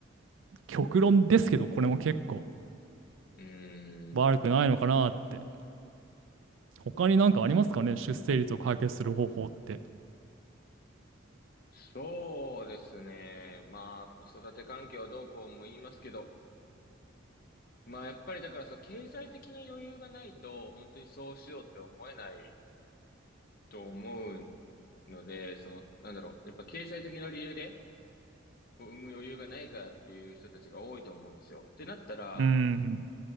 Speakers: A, on the right (about 75°); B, on the left (about 50°).
A: 極論ですけどこれも結構
B: う
A: 悪くないのかなって
B: ん。
A: 他になんかありますかね出生率を解決する方法って。
B: そうですね。まあ、子育て環境どうこうも言いますけど、まあやっぱりだからそう、経済的な余裕がないと、本当にそうしようって思えないと思うので、その、なんだろう、やっぱ経済的な理由で、こう、産む余裕がないからっていう人たちが多いと思うんですよ。ってなったら、
A: うん、うん、